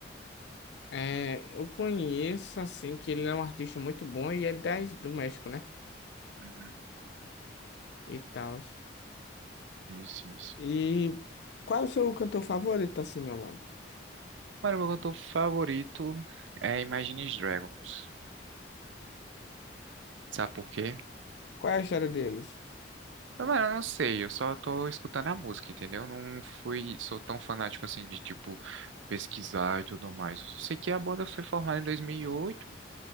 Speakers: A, on the left (about 65°); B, on the right (about 80°).
A: É, eu conheço, assim, que ele é um artista muito bom e é das do México, né?
B: Uhum.
A: E tal.
B: Sim, sim, sim.
A: E qual é o seu cantor favorito, assim, meu mano?
B: Mano, meu cantor favorito é Imagine Dragons. Sabe por quê?
A: Qual é a história deles?
B: Não, Mano, eu não sei, eu só tô escutando a música, entendeu? Eu Não fui, sou tão fanático assim de, tipo, pesquisar e tudo mais. Eu só sei que a banda foi formada em 2008 e oito